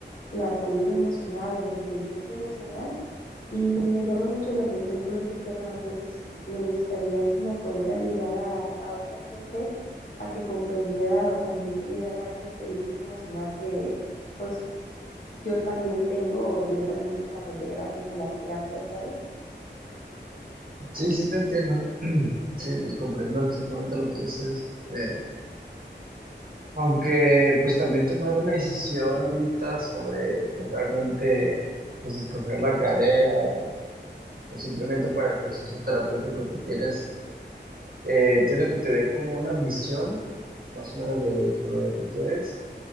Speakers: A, on the left (about 50°); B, on the right (about 50°).
A: la salud emocional o la inteligencia emocional y me llama mucho la atención todo ese tema, entonces me gustaría como poder ayudar a, a otra gente a que comprendiera o también tuviera esa inteligencia emocional que pues yo también tengo o yo también desarrollé gracias a la terapia, ¿sabes?
B: Sí, sí te entiendo. <clears throat> Sí, pues comprendo exactamente lo que dices. Eh, aunque pues también tomar una decisión ahorita sobre pues, realmente pues escoger la carrera o pues, simplemente para el proceso terapéutico que tienes, eh, entiendo que te dé como una visión más o menos de, sobre lo que quieres,